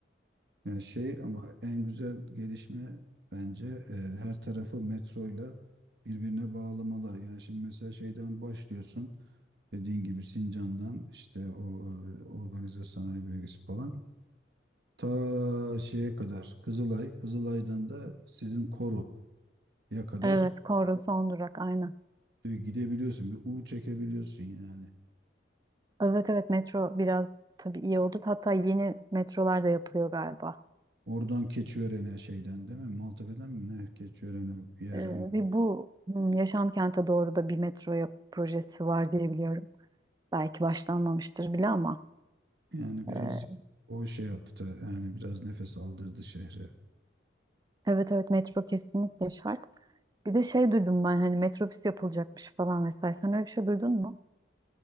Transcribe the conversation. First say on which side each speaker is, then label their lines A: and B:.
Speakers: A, on the right; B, on the right.
A: Yani şey ama en güzel gelişme bence e, her tarafı metroyla birbirine bağlamaları. Yani şimdi mesela şeyden başlıyorsun dediğin gibi Sincan'dan işte o e, organize sanayi bölgesi falan. Ta şeye kadar Kızılay, Kızılay'dan da sizin Koru'ya kadar
B: Evet, Korun son durak aynen.
A: e, gidebiliyorsun. Bir U çekebiliyorsun yani.
B: Evet evet metro biraz tabii iyi oldu. Hatta yeni metrolar da yapılıyor galiba.
A: Oradan Keçiören'e şeyden değil mi? Maltepe'den mi ne? Keçiören'e bir yerden.
B: Ee, ve bu hmm, Yaşam Kent'e doğru da bir metro yap- projesi var diye biliyorum. Belki başlanmamıştır bile ama.
A: Yani
B: e,
A: birazcık o şey yaptı. Yani biraz nefes aldırdı şehre.
B: evet evet metro kesinlikle şart. Bir de şey duydum ben hani metrobüs yapılacakmış falan vesaire. Sen öyle bir şey duydun mu?